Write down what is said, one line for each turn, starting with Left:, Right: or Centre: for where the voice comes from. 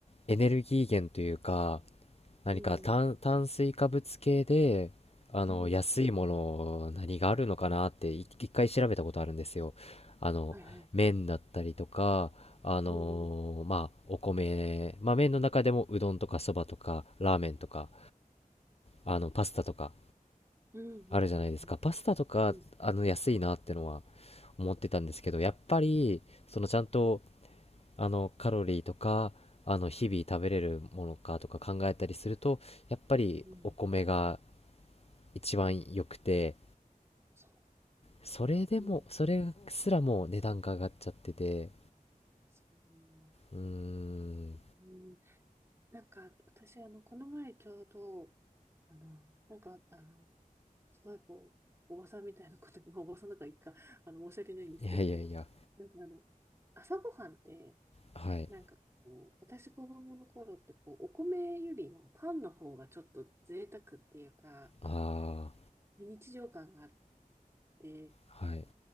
Left: エネルギー源というか、何か炭、
Right: うん、
Left: 炭水化物系で、あの、
Right: うん
Left: 安いもの、何があるのかなってい、一回調べたことあるんですよ。あの、
Right: はいはい。
Left: 麺だったりとか、あのーまあ、
Right: うん、
Left: お米、まあ、麺の中でもうどんとかそばとか、ラーメンとか、あの、パスタとか、
Right: うん、うん、うん、
Left: あるじゃないですか。
Right: うん、
Left: パスタとか、
Right: うん、
Left: あの、安いなってのは思ってたんですけど、
Right: あ、
Left: やっぱり、そのちゃんと、あのカロリーとかあの日々食べれるものかとか考えたりするとやっぱりお米が
Right: うん、
Left: 一番良くて
Right: そ
Left: それでもそれすらもう値段が上がっちゃってて
Right: う、うん、そう、
Left: うーん
Right: うんなんか、私、あの、この前ちょうど、あの、なんか、あの、すごいこう、おばさんみたいなことに、まあ、おばさんだからいいか、あの、申し訳ないんですけど、
Left: いやいやいや
Right: なんかあの、朝ごはんって、
Left: はい
Right: なんかこう、私子供の頃って、こう、お米よりもパンの方がちょっと贅沢っていうか、
Left: あ
Right: 非日常感があって、
Left: あーはい